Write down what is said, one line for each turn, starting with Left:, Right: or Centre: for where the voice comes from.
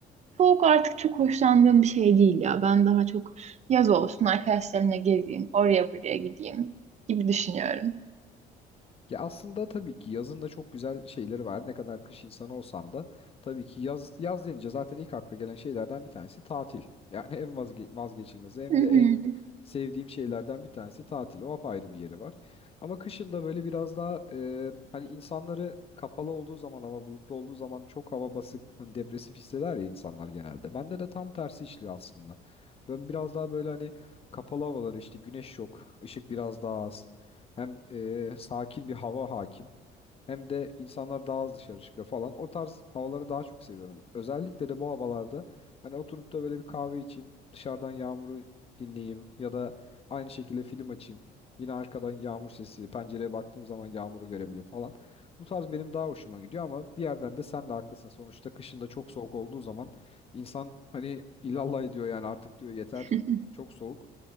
Right: Soğuk artık çok hoşlandığım bir şey değil ya. Ben daha çok Yaz olsun, arkadaşlarımla gezeyim, oraya buraya gideyim gibi düşünüyorum.
Left: Ya aslında tabii ki yazın da çok güzel şeyleri var. Ne kadar kış insanı olsam da tabii ki yaz yaz denince zaten ilk akla gelen şeylerden bir tanesi tatil. <laughs> Yani en vazge vazgeçilmezi hem
Right: Hı hı.
Left: de en sevdiğim şeylerden bir tanesi tatil. O apayrı bir yeri var. Ama kışın da böyle biraz daha e, hani insanları kapalı olduğu zaman hava bulutlu olduğu zaman çok hava basık, hani depresif hisseder ya insanlar genelde. Bende de tam tersi işliyor aslında. Ben biraz daha böyle hani kapalı havaları işte güneş yok, ışık biraz daha az. Hem e, sakin bir hava hakim hem de insanlar daha az dışarı çıkıyor falan. O tarz havaları daha çok seviyorum. Özellikle de bu havalarda hani oturup da böyle bir kahve içeyim, dışarıdan yağmuru dinleyeyim ya da aynı şekilde film açayım. Yine arkadan yağmur sesi, pencereye baktığım zaman yağmuru görebilir falan. Bu tarz benim daha hoşuma gidiyor ama bir yerden de sen de haklısın. Sonuçta kışın da çok soğuk olduğu zaman insan hani ilallah ediyor yani artık diyor yeter
Right: <laughs>
Left: çok soğuk.